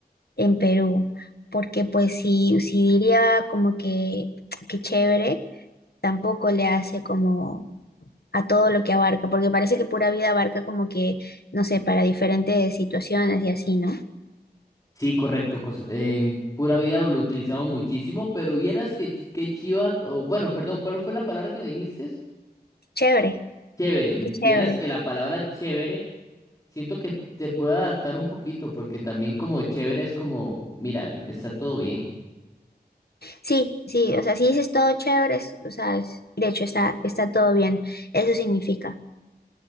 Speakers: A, on the left; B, on the left.
A: en Perú, porque pues si, si diría como que, <tsk> que chévere, tampoco le hace como a todo lo que abarca, porque parece que pura vida abarca como que, no sé, para diferentes situaciones y así, ¿no?
B: Sí, correcto. cos- em, pura vida lo utilizamos muchísimo, pero vieras que, qué chiva, o bueno, perdón, ¿cuál fue la palabra que me dijiste?
A: Chévere,
B: Chévere,
A: qué chévere.
B: vieras que la palabra chévere siento que te puede adaptar un poquito, porque también como chévere es como, mira, está todo bien.
A: Sí, sí, o sea, si dices todo chévere, es- o sea, es- de hecho está, está todo bien, eso significa,